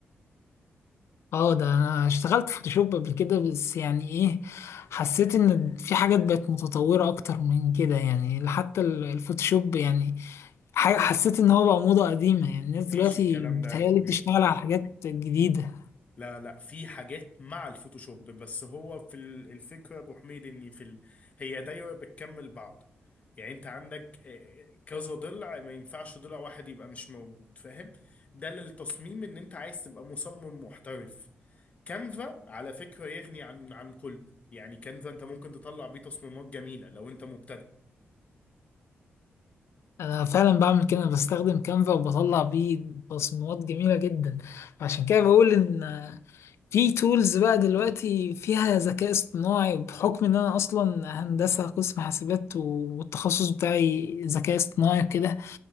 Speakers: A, on the left (about 80°); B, on the left (about 30°).
A: اه ده انا اشتغلت فوتوشوب قبل كده بس يعني ايه حسيت ان في حاجات بقت متطورة اكتر من كده يعني حتى ال- الفوتوشوب يعني حاجة حسيت ان هو بقى موضة قديمة يعني الناس
B: مفيش
A: دلوقتي
B: الكلام
A: بتهيألي
B: ده يا ابو حميد
A: بتشتغل على حاجات جديدة
B: لا لا في حاجات مع الفوتوشوب بس هو في ال- الفكرة يا ابو حميد ان في ال... هي دايرة بتكمل بعض يعني انت عندك إيه، كذا ضلع ما ينفعش ضلع واحد يبقى مش موجود فاهم ده للتصميم ان انت عايز تبقى مصمم محترف كانفا على فكرة يغني عن عن كله يعني كانفا انت ممكن تطلع بيه تصميمات جميلة لو انت مبتدئ
A: انا فعلا بعمل كده أنا بستخدم كانفا وبطلع بيه تصميمات جميلة جدا عشان كده بقول ان في تولز بقى دلوقتي فيها ذكاء اصطناعي بحكم ان انا اصلا هندسة قسم حاسبات والتخصص بتاعي ذكاء اصطناعي كده